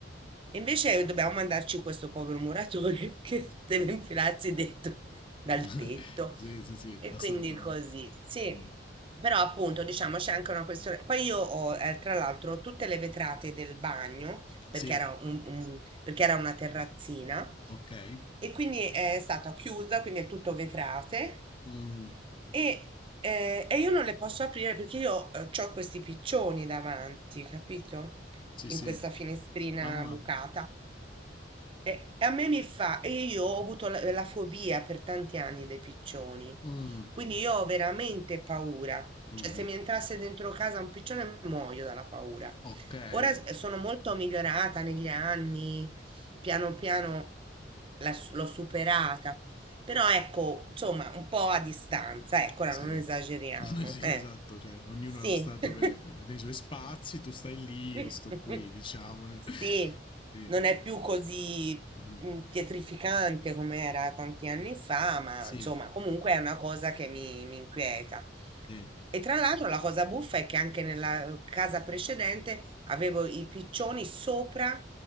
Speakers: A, on the right; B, on the left.
A: e invece dobbiamo mandarci questo povero muratore <laughs> che deve infilarsi dentro dal
B: <laughs>
A: tetto.
B: Sì, sì, sì,
A: E
B: assolutamente.
A: quindi così, sì.
B: Mh.
A: Però appunto, diciamo, c'è anche una questione. Poi io ho, eh, tra l'altro, tutte le vetrate del bagno, perché
B: Sì,
A: era un- un- perché era una terrazzina,
B: okay.
A: e quindi è stata chiusa, quindi è tutto vetrate.
B: Mh.
A: E, eh, e io non le posso aprire perché io ho questi piccioni davanti, capito?
B: Sì,
A: in
B: sì.
A: questa finestrina
B: Mamma.
A: bucata. E e a me mi fa, e io ho avuto la, la fobia per tanti anni dei piccioni,
B: Mh.
A: quindi io ho veramente paura. Cioè,
B: Mh-mh.
A: se mi entrasse dentro casa un piccione, muoio dalla paura.
B: Okay,
A: Ora s- sono molto migliorata negli anni, piano piano la s- l'ho superata, però ecco, insomma, un po' a distanza, ecco, ora
B: sì.
A: non esageriamo,
B: <laughs> Sì,
A: eh.
B: esatto, cioè ognuno
A: Sì.
B: sta dove
A: <laughs>
B: ehm, nei suoi spazi, tu stai lì, io
A: <laughs>
B: sto qui diciamo.
A: Sì,
B: <laughs> Sì.
A: non è più così
B: Mh-mh.
A: mm, pietrificante come era tanti anni fa, ma
B: Sì,
A: insomma, comunque è una cosa che mi, mi inquieta.
B: sì.
A: E tra l'altro la cosa buffa è che anche nella casa precedente avevo i piccioni sopra,